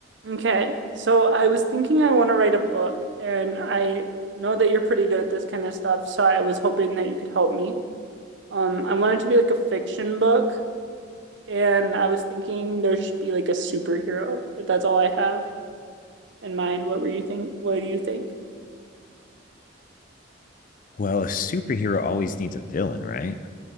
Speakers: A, on the right (about 75°); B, on the left (about 45°).
A: Okay, so I was thinking I want to write a book, and I know that you're pretty good at this kind of stuff, so I was hoping that you could help me. Um, I want it to be like a fiction book, and I was thinking there should be like a superhero, but that's all I have in mind. What were you think? What do you think?
B: Well, a superhero always needs a villain, right?